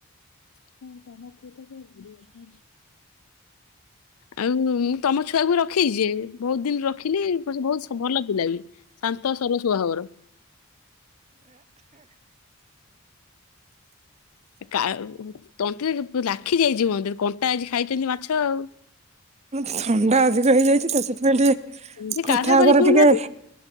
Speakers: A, on the left; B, on the right.
A: ହଁ ତମ <unintelligible> ଆଉ ମୁଁ ତମ ଛୁଆକୁ ରଖେଇଚି ବୋହୁତ ଦିନ ରଖିଲି ବୋହୁତ ଭଲ ପିଲା ବି। ଶାନ୍ତ ସରସ୍ୱଭାବର। କାଉ ତଣ୍ଟିରେ ଲାଖି ଯାଇଛି ମନ୍ଦିରେ କଣ୍ଟା ଆଜି ଖାଇଛନ୍ତି ମାଛ ଆଉ। ହ <inaudible>
B: ଥଣ୍ଡା ଅଧିକ ହେଇଯାଇଛି ତ ସେଥିପାଇଁ ଟିକେ
A: ସେ
B: କଥା
A: କାଢା କରି
B: ହବାରେ
A: ପିଉନାହାନ୍ତି
B: ଟିକେ